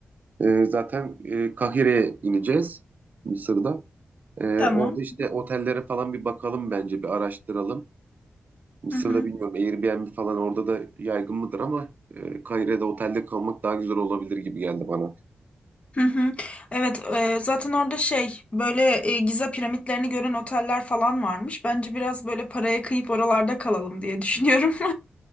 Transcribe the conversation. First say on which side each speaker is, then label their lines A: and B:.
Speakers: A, on the right; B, on the left.
A: E, zaten e, Kahire'ye ineceğiz Mısır'da. E,
B: Tamam.
A: orada işte otellere falan bir bakalım bence bir araştıralım. Mısır'da
B: Hı hı.
A: bilmiyorum Airbnb falan orada da yaygın mıdır ama e, Kahire'de otelde kalmak daha güzel olabilir gibi geldi bana.
B: Hı hı. Evet, e, zaten orada şey böyle e, Giza piramitlerini gören oteller falan varmış. Bence biraz böyle paraya kıyıp oralarda kalalım diye düşünüyorum. <laughs>